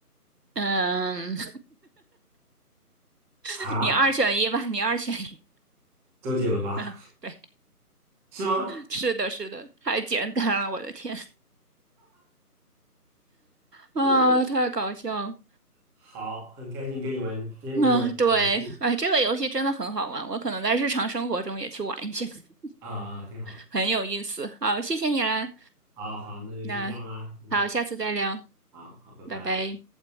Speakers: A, on the right (about 85°); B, in the centre.
A: 嗯，<laughs>
B: 啊，
A: 你二选一吧，你二选一，
B: 周杰伦吧？
A: <laughs> 嗯，对，
B: 是吗？
A: 是的，是的，太简单了，我的天啊，
B: 对
A: 太搞笑了。
B: 好，很开心跟你玩，今天跟你玩这个游戏。
A: 啊，对，哎，这个游戏真的很好玩，我可能在日常生活中也去玩一下，
B: 啊、啊，挺好。
A: <laughs> 很有意思。好，谢谢你啦，
B: 好好，那就先这样啦。
A: 那
B: 嗯，
A: 好，下次再聊，
B: 好好，拜拜。
A: 拜拜。